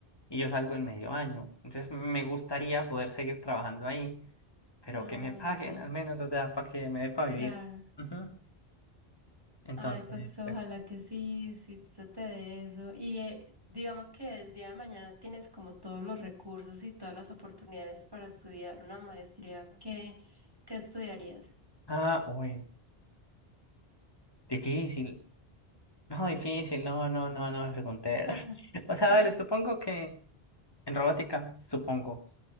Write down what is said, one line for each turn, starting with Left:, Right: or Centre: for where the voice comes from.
Left: Y yo salgo en medio año. Entonces me gustaría poder seguir trabajando ahí, pero
Right: Ah,
Left: que me paguen
Right: ya.
Left: al menos, o sea, para que me dé para
Right: Claro.
Left: vivir. Ujú. Entonces,
Right: Ay, pues ojalá
Left: pues sí.
Right: que sí, sí se te dé eso. Y eh, digamos que el día de mañana tienes como todos los recursos y todas las oportunidades para estudiar una maestría. ¿Qué, qué estudiarías?
Left: Ah, uy, difícil. No, difícil, no, no, no, no me pregunté.
Right: <laughs>
Left: <laughs> O sea, dale, supongo que. En robótica, supongo.